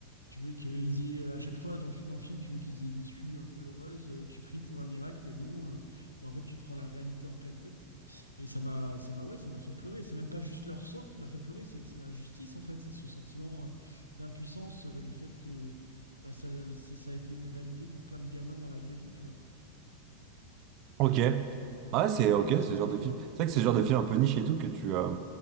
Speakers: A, on the left; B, on the right.
A: tu veux qu'ils aient euh, à chaque fois dans le, dans le film, tu veux qu'ils aient une issue un peu heureuse, euh, tu pries pour un miracle, mais non, euh, bah en fait tu te prends la réalité en pleine tête. Et ça m'a, ça m'a, ouais, ça m'a fait pleurer. C'est même pas juste leur sort qui m'a fait pleurer, c'est, c'est l'injustice en fait, c'est ce sentiment euh, d'impuissance, euh, le fait que bah, ça, le- c'est- ça a été une réalité pour plein de gamins dans la vraie vie, tu vois.
B: Ok. Ah, c'est
A: Et toi,
B: ok,
A: du coup,
B: c'est
A: ça
B: ce
A: serait
B: genre de
A: quoi?
B: film. C'est vrai que c'est le genre de film un peu niche et tout que tu. euh,